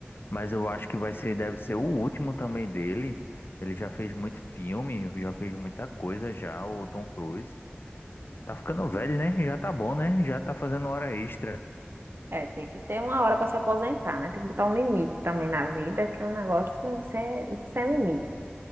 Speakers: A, on the left; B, on the right.
A: Mas eu acho que vai ser, deve ser o último também dele. Ele já fez muito filme, já fez muita coisa já, o Tom Cruise. Tá ficando velho, né? Já tá bom, né? Já tá fazendo hora extra.
B: É, tem que ter uma hora para se aposentar, né? Tem que botar um limite também na vida, que o negócio é sem, sem limite.